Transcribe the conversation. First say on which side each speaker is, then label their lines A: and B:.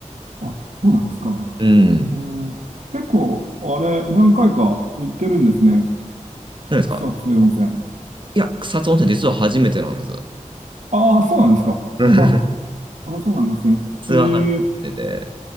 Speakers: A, on the right; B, on the right.
A: あ、そうなんですか。
B: うん。
A: えー、結構、あれ、何回か行ってるんですね。
B: 何ですか
A: 草津温泉。
B: いや、草津温泉実は初めてなんです。
A: ああ、そうなんですか。
B: <laughs>
A: あ、あ、そうなんですね。
B: ツアー初めてで、
A: えー、